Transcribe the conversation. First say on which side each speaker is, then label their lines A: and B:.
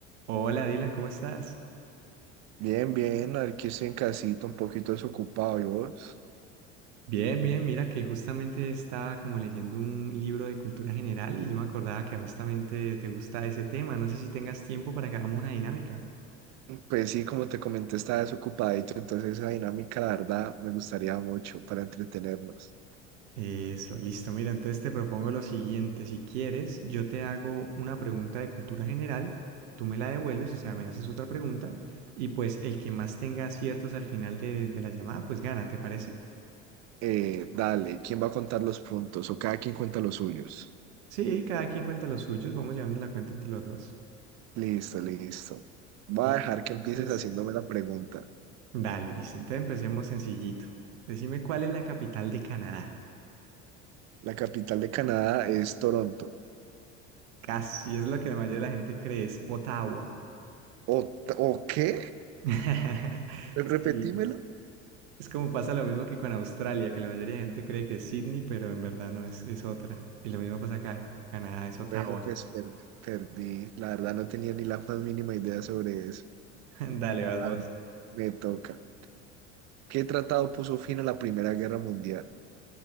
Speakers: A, on the right; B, on the right.
A: Hola Dylan, ¿cómo estás?
B: Bien, bien, aquí estoy en casita, un poquito desocupado, ¿y vos?
A: Bien, bien, mira que justamente estaba como leyendo un libro de cultura general y yo me acordaba que a vos también te, te gusta ese tema. No sé si tengas tiempo para que hagamos una dinámica.
B: Pues sí, como te comenté, estaba desocupadito, entonces esa dinámica, la verdad, me gustaría mucho para entretenernos.
A: Eso, listo. Mira, entonces te propongo lo siguiente. Si quieres, yo te hago una pregunta de cultura general, tú me la devuelves, o sea, me haces otra pregunta y pues el que más tenga aciertos al final de, de la llamada, pues gana, ¿te parece?
B: Eh, dale, ¿quién va a contar los puntos? O cada quien cuenta los suyos.
A: Sí, cada quien cuenta los suyos, vamos llevando la cuenta entre los dos.
B: Listo, listo. Voy
A: Listo,
B: a dejar
A: entonces...
B: que empieces haciéndome la pregunta.
A: Dale, listo. Entonces empecemos sencillito. Decime cuál es la capital de Canadá.
B: ¿La capital de Canadá es Toronto?
A: Casi es lo que la mayoría de la gente cree, es Ottawa.
B: ¿O, o qué?
A: <laughs>
B: Repetímelo.
A: Sí, es como pasa lo mismo que con Australia, que la mayoría de gente cree que es Sydney, pero en verdad no es, es otra. Y lo mismo pasa acá, Canadá es Ottawa.
B: Bueno, pues per- perdí. La verdad, no tenía ni la más mínima idea sobre eso.
A: <laughs> Dale, vas vos.
B: A ver, me toca. ¿Qué tratado puso fin a la Primera Guerra Mundial?